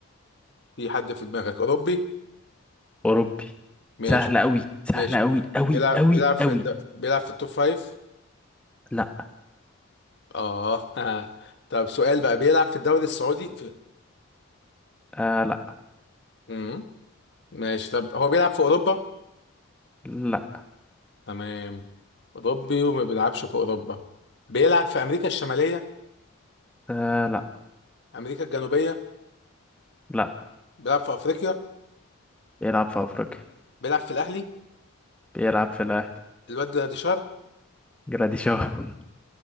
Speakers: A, on the left (about 50°); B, in the centre.
A: في حد في دماغك اوروبي
B: اوروبي
A: ماشي
B: سهل قوي سهل
A: ماشي
B: قوي قوي
A: بيلعب
B: قوي
A: بيلعب في
B: قوي
A: الد... بيلعب في التوب فايف
B: لا
A: اه <laughs> طب سؤال بقى بيلعب في الدوري السعودي في...
B: آه لا
A: مم. ماشي طب هو بيلعب في اوروبا
B: لا
A: تمام اوروبي وما بيلعبش في اوروبا بيلعب في امريكا الشماليه
B: آه لا
A: امريكا الجنوبيه
B: لا
A: بيلعب في افريقيا
B: بيلعب في أفريقيا
A: بيلعب في الاهلي
B: بيلعب في الأهلي
A: الواد جراديشار
B: جراديشار <laughs>